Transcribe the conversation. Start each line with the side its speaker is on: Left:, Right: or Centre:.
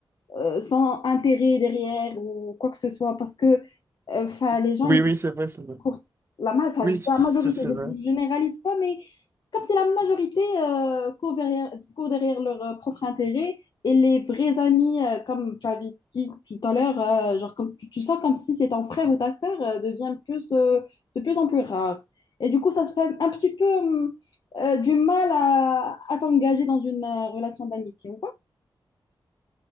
Left: euh, sans intérêt derrière ou quoi que ce soit, parce que euh, 'fin, les gens,
Right: Oui, oui, c'est vrai, c'est vrai.
Left: pour la, ma- enfin,
Right: Oui,
Left: je dis
Right: c'est
Left: la majorité,
Right: c'est
Left: je
Right: vrai.
Left: ne généralise pas, mais comme c'est la majorité euh, court derrière, court derrière leur euh, propre intérêt, et les vrais amis, euh, comme tu avais dit tout à l'heure, euh, genre comme, tu, tu sens comme si c'est ton frère ou ta sœur, euh, devient plus, euh, de plus en plus rare. Et du coup, ça se fait un petit peu hum, euh, du mal à, à t'engager dans une euh, relation d'amitié.